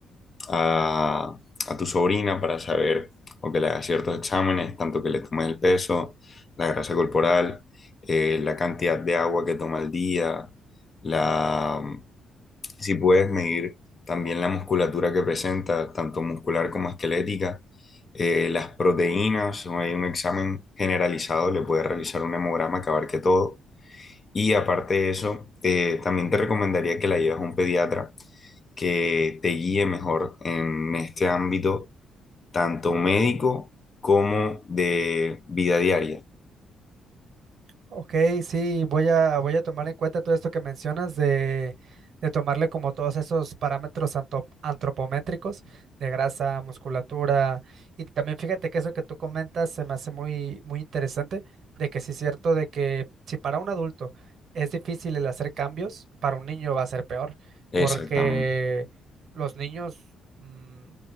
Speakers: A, on the left; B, on the right.
A: a, a tu sobrina para saber o que le hagas ciertos exámenes, tanto que le tomes el peso, la grasa corporal, eh, la cantidad de agua que toma al día, la, si puedes medir también la musculatura que presenta, tanto muscular como esquelética, eh, las proteínas, hay un examen generalizado, le puedes realizar un hemograma que abarque todo. Y aparte de eso, eh, también te recomendaría que la lleves a un pediatra que te guíe mejor en este ámbito, tanto médico como de vida diaria.
B: Ok, sí, voy a, voy a tomar en cuenta todo esto que mencionas de, de tomarle como todos esos parámetros anto- antropométricos de grasa, musculatura, y también fíjate que eso que tú comentas se me hace muy, muy interesante, de que sí es cierto de que si para un adulto es difícil el hacer cambios, para un niño va a ser peor, porque
A: Exactamente,
B: los niños, mm,